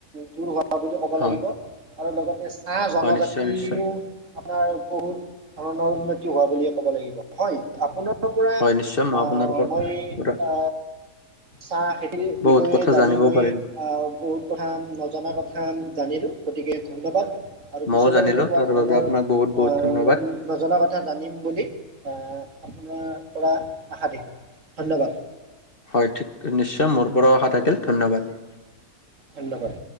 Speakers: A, on the right; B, on the left.
A: দূৰ হোৱা বুলি ক ব
B: হয়
A: লাগিব আৰু লগতে চাহ জনজাতিৰো
B: হয় নিশ্চয় নিশ্চয়
A: আপোনাৰ বহুত ধৰণৰ উন্নতি হোৱা বুলিয়ে ক'ব লাগিব। হয়, আপোনাৰ পৰা
B: হয় নিশ্চয় মই
A: অ
B: আপোনালোকৰ
A: মই
B: পৰা
A: অ চাহ খেতিৰ বিষয়ে
B: বহুত কথা
A: জানি
B: জানিব
A: মই
B: পাৰিলো
A: আহ বহুত কথা নজনা কথা জানিলো গতিকে ধন্যবাদ। আৰু পিছলৈ
B: মইও জানিলো
A: এনেকুৱা
B: তাৰ
A: ধৰণৰ
B: বাবে আপোনাক বহুত বহুত
A: আহ
B: ধন্যবাদ
A: নজনা কথা জানিম বুলি অ আপোনাৰ পৰা আশা থাকিল, ধন্যবাদ।
B: হয় ঠিক নিশ্চয়, মোৰ পৰাও আশা থাকিল, ধন্যবাদ।
A: ধন্যবাদ।